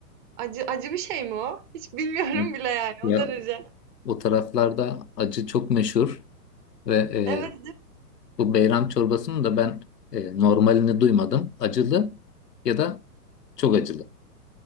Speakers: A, on the right (about 30°); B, on the left (about 80°).
A: Acı acı bir şey mi o? Hiç bilmiyorum
B: Evet.
A: bile yani
B: Ya
A: o derece.
B: o taraflarda acı çok meşhur ve e,
A: Evet
B: bu beyran çorbasının da ben e, normalini duymadım. Acılı ya da çok acılı.